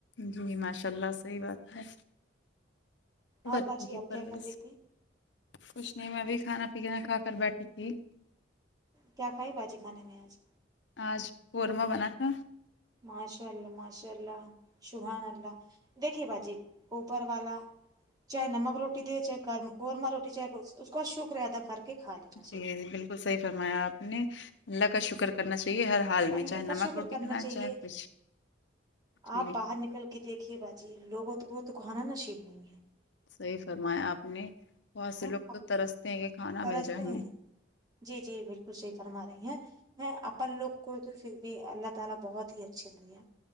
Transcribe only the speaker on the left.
جی ماشاء اللہ صحیح بات ہے بچوں
کی
پرورش
کچھ نہیں میں بھی کھانا پینا کھا کر بیٹھی تھی
آج قورمہ بنا تھا
جی
جی بالکل صحیح فرمایا آپ نے اللہ کا شکر کرنا چاہیے ہر حال میں
چاہے
نمک
روٹی
کھلائیں
چاہے کچھ جی
صحیح فرمایا آپ نے بہت
سے لوگ
تو ترستے ہیں کہ کھانا
مل جائیں ہمیں